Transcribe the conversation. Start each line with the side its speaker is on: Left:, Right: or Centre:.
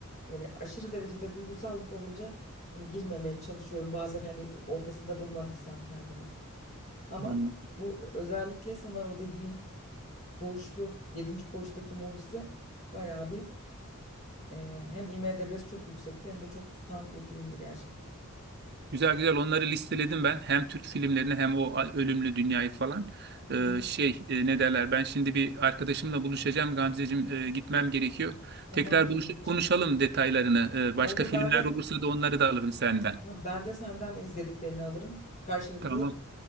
Left: böyle aşırı derecede duygusallık olunca hani girmemeye çalışıyorum. Bazen hani ortasında bulmadıysam kendimi. Ama
Right: Hani
Left: bu e, özellikle sana o dediğim Koğuşlu, yedinci Koğuş'taki Mucize bayağı bir e, hem IMDb'si çok yüksekti hem de çok tutan bir filmdi gerçekten.
Right: Güzel güzel onları listeledim ben. Hem Türk filmlerini hem o a- ölümlü dünyayı falan. Ee,
Left: Hı hı.
Right: şey e, ne derler ben şimdi bir arkadaşımla buluşacağım Gamzeciğim e, gitmem gerekiyor.
Left: Tamamdır
Right: Tekrar buluş
Left: Ümitçiğim.
Right: konuşalım detaylarını. Ee, başka
Left: Olur
Right: filmler
Left: ben de
Right: olursa da onları da alırım senden.
Left: ben de senden izlediklerini alırım. Karşılıklı
Right: Tamam.